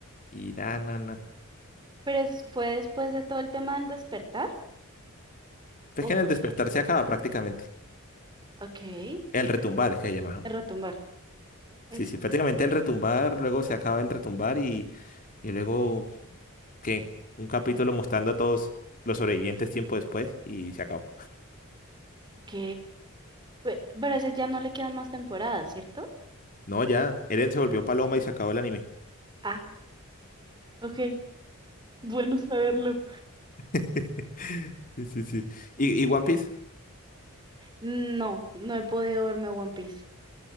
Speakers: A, on the left; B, on the right.
A: Y nada, nada, nada.
B: Pero es- fue después de todo el tema del despertar.
A: Pero
B: ¿O
A: es que
B: por
A: en el despertar
B: qué?
A: se acaba prácticamente.
B: Ok, de
A: El retumbar, es que se llama, ¿no?
B: retumbar. Eso.
A: Sí, sí, prácticamente el retumbar, luego se acaba el retumbar y, y luego, ¿qué? Un capítulo mostrando a todos los sobrevivientes tiempo después y se acabó.
B: Ok. Pe- Pero a ese ya no le quedan más temporadas, ¿cierto?
A: No, ya, Eren se volvió paloma y se acabó el anime.
B: Ah, ok. Bueno saberlo.
A: <laughs> Sí, sí, sí. ¿Y, y One Piece?
B: No, no he podido verme One Piece.